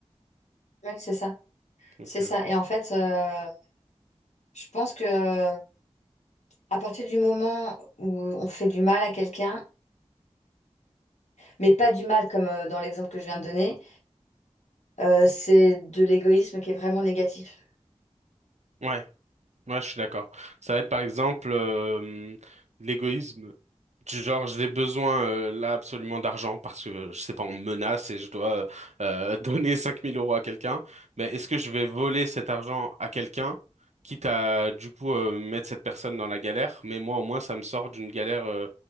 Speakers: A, on the left; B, on the right.
A: Ouais, c'est ça.
B: Donc,
A: C'est ça.
B: euh,
A: Et en fait, euh, je pense que euh, à partir du moment où on fait du mal à quelqu'un, mais pas du mal comme euh, dans l'exemple que je viens de donner, euh, c'est de l'égoïsme qui est vraiment négatif.
B: ouais, ouais, je suis d'accord. Ça va être par exemple euh, l'égoïsme. Du genre, j'ai besoin euh, là absolument d'argent parce que, je sais pas, on me menace et je dois euh, <laughs> donner 5000 euros à quelqu'un. Mais est-ce que je vais voler cet argent à quelqu'un, quitte à du coup euh, mettre cette personne dans la galère, mais moi au moins ça me sort d'une galère euh,